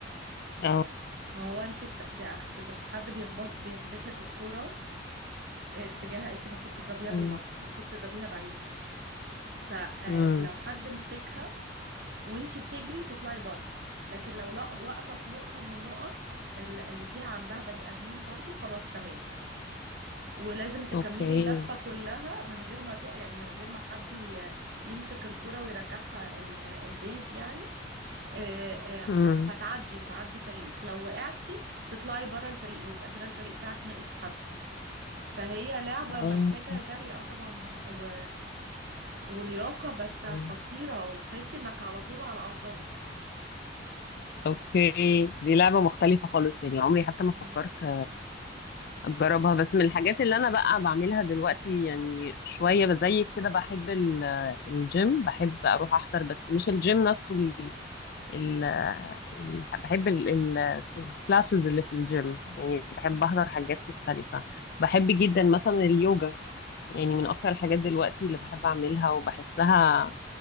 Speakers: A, on the left (about 55°); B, on the right (about 60°).
A: اه
B: ما هو انت بت... بع- بت... حد بيخبط بيحدف لك الكورة اتجاهها انت المفروض تضربيها
A: امم
B: بالمضرب المفروض تضربيها بعيد فلو
A: امم
B: حد مسكها وانت بتجري تطلعي بره لكن لو لا واقفه في نقطه من النقط ال- اللي فيها عندها بني ادمين برضو خلاص تمام ولازم تكملي
A: اوكي
B: اللفه كلها من غير ما تق يعني من غير ما حد ي- يمسك الكره ويرجعها ال- البيز يعني آه، آه،
A: امم
B: ف- فتعدي وتعدي فريقك لو وقعتي تطلعي بره الفريق ويبقى كده الفريق بتاعك ناقص حد فهي لعبة
A: اه
B: محتاجة جري اه طبعا و... ولياقة بس خطيرة
A: مم.
B: وتحسي انك على طول على اعصابك
A: اوكي دي لعبة مختلفة خالص يعني عمري حتى ما
B: مم.
A: فكرت اجربها بس من الحاجات اللي انا بقى بعملها دلوقتي يعني شويه بزيك كده بحب ال- الجيم بحب اروح احضر بس مش الجيم نفسه ال ال ال بحب ال- ال- الكلاسز اللي في الجيم يعني بحب
B: مم.
A: احضر حاجات مختلفه بحب جدا مثلا اليوجا يعني من اكتر الحاجات دلوقتي اللي بحب اعملها وبحسها